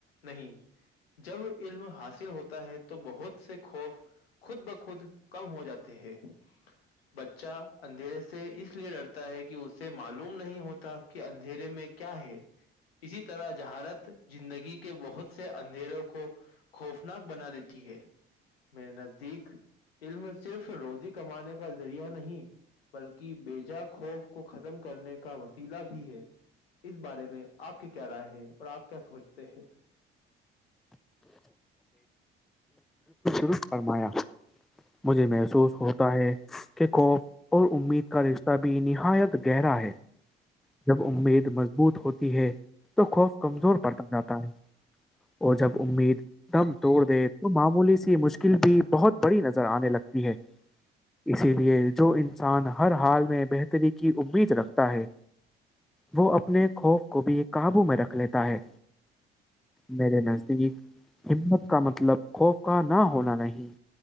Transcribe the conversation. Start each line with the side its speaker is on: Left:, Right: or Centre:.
Left: نہیں جب علم حاصل ہوتا ہے تو بہت سے خوف خود بخود کم ہو جاتے ہیں بچہ اندھیرے سے اس لیے ڈرتا ہے کہ اسے معلوم نہیں ہوتا کہ دھیرے میں کیا ہے اسی طرح جہارت زندگی کے بہت سے اندھیروں کو خوفناک بنا دیتی ہے میرے نزدیک علم صرف روزی کمانے کا ذریعہ نہیں بلکہ بیےجا خوف کو ختم کرنے کا وسیلہ بھی ہے اس بارے میں آپ کی کیا رائے ہے اور آپ کیا سوچتے ہیں
Centre: رخ فرمایا مجھے محسوس ہوتا ہے کہ خوف اور امید کا رشتہ بھی نہایت گہرا ہے جب امید مضبوط ہوتی ہے تو خوف کمزور پڑتا جاتا ہے اور جب امید دم توڑ تو معمولی سی مشکل بھی بہت بڑی نظر آنے لگتی ہے اسی لیے جو انسان ہر حال میں بہتری کی امید رکھتا ہے وہ اپنے خوف کو بھی قابو میں رکھ لیتا ہے میرے نزدیک ہمت کا مطلب خوف کا نہ ہونا نہیں